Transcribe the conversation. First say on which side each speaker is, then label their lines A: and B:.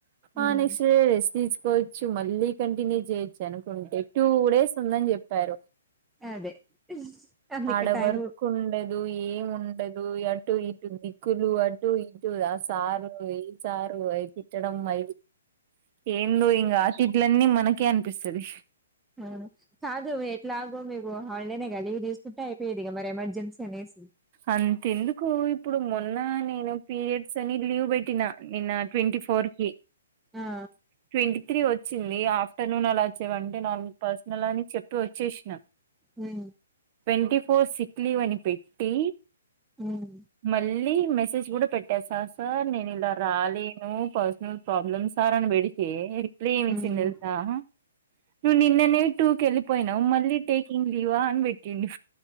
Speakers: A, in the centre; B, on the right.
A: హ్మ్
B: ఆ నెక్స్ట్ డే <unintelligible> కోవచ్చు మళ్ళీ కంటిన్యూ చేయొచ్చు అనుకుంటే టూ డేస్ ఉందని చెప్పారు
A: అదే అందుకే
B: అడవర్క్
A: టైం
B: ఉండదు ఏం ఉండదు అటు ఇటు ఇటు దిక్కులు అటు ఇటు ఆ సారు ఏ సారు అయి తిట్టడం మై ఏందో ఇంగా ఆ తిట్లన్ని మనకే అనిపిస్తాది
A: ఆ కాదు ఎట్లాగో మేకు హాడేనేగా లీవ్ తీసుకుంటే అయిపోయేదిగ మరి ఎమర్జెన్సీ అనేసి
B: అంతెందుకు ఇప్పుడు మొన్న నేను పీరియడ్స్ అని లీవ్ పెట్టినా నిన్న ట్వంటీ ఫోర్ కి
A: ఆ
B: ట్వంటీ త్రీ వచ్చింది ఆఫ్టర్నూన్ అలా చేవంటే నాకు పర్సనల్ అని చెప్పి వచ్చేసినా
A: హ్మ్
B: ట్వంటీ ఫోర్ సిక్ లీవ్ అని పెట్టి
A: ఉమ్
B: మళ్ళీ మళ్ళీ మెసేజ్ కూడా పెట్టేసా సార్ నేను ఇలా రాలేను పర్సనల్ ప్రాబ్లమ్ సార్ అని పెడి తే రిప్లై ఎం ఇచ్చిండు
A: ఉమ్
B: తెలుసా నువ్వు నిన్ననే టూకి వెళ్ళిపోయినావు మళ్ళీ టేకింగ్ లీవా అని పెట్టిండు